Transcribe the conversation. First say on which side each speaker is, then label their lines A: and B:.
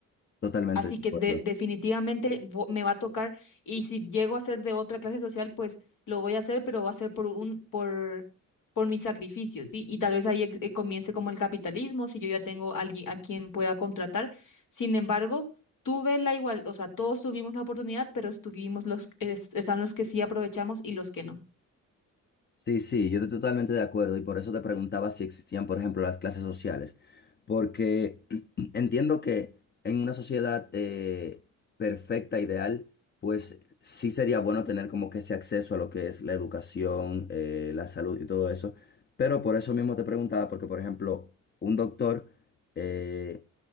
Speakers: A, on the left (about 35°); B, on the left (about 75°).
A: Totalmente
B: Así
A: de
B: que
A: acuerdo.
B: de- definitivamente vo- me va a tocar y si llego a ser de otra clase social, pues lo voy a hacer, pero va a ser por un por por mis sacrificios, ¿sí? Y tal vez ahí ex- eh, comience como el capitalismo, si yo ya tengo alguien a quien pueda contratar. Sin embargo, tuve la igual, o sea, todos tuvimos la oportunidad, pero estuvimos los es- están los que sí aprovechamos y los que no.
A: Sí, sí, yo estoy totalmente de acuerdo y por eso te preguntaba si existían, por ejemplo, las clases sociales, porque <clears throat> entiendo que en una sociedad eh, perfecta, ideal, pues sí sería bueno tener como que ese acceso a lo que es la educación, eh, la salud y todo eso, pero por eso mismo te preguntaba, porque por ejemplo, un doctor eh,